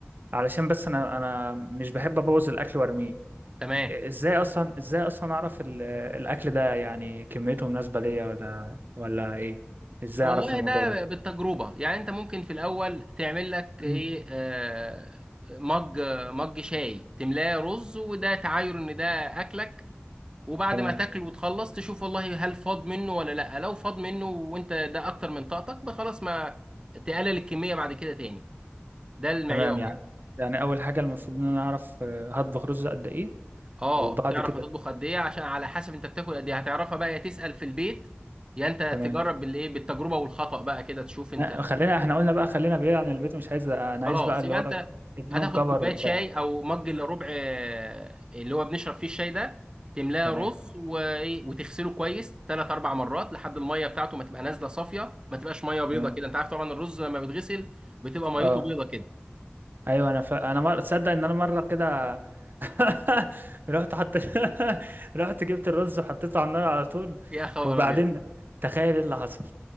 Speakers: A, on the right (about 50°); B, on the right (about 20°).
A: علشان بس انا انا مش بحب ابوظ الاكل وارميه
B: تمام
A: ازاي اصلا ازاي اصلا اعرف ال- الاكل ده يعني كميته مناسبه ليا ولا ولا ايه ازاي
B: والله
A: اعرف الموضوع
B: ده
A: ده
B: بالتجربه يعني انت ممكن في الاول تعمل لك ايه
A: مم.
B: آه، مج مج شاي تملاه رز وده تعاير ان ده اكلك وبعد
A: تمام
B: ما تاكل وتخلص تشوف والله هل فاض منه ولا لا لو فاض منه وانت ده اكتر من طاقتك بقى خلاص ما تقلل الكميه بعد كده تاني ده المعيار
A: تمام يعني
B: يعني
A: يعني اول حاجه المفروض ان انا اعرف آه، هطبخ رز قد ايه
B: اه
A: وبعد
B: تعرف
A: كده
B: هتطبخ قد ايه عشان على حسب انت بتاكل قد ايه هتعرفها بقى يا تسال في البيت يا انت
A: تمام
B: تجرب بالايه بالتجربه والخطا بقى كده تشوف انت
A: آه، خلينا احنا قلنا بقى خلينا بعيد عن البيت مش عايز انا
B: خلاص
A: عايز بقى اللي
B: يبقى
A: هو
B: انت
A: ابنهم
B: هتاخد
A: كفر
B: كوبايه
A: وبتاع
B: شاي او مج الا ربع آه، اللي هو بنشرب فيه الشاي ده تملاه
A: تمام
B: رز وايه وتغسله كويس ثلاث اربع مرات لحد الميه بتاعته ما تبقى نازله صافيه ما تبقاش ميه بيضه
A: تمام
B: كده انت عارف طبعا الرز لما بيتغسل بتبقى ميته
A: اه
B: بيضه كده
A: ايوه انا ف... انا مر... تصدق ان انا مره كده <laughs> رحت حط <laughs> رحت جبت الرز وحطيته على النار على طول
B: يا خبر
A: وبعدين
B: ابيض
A: تخيل ايه اللي حصل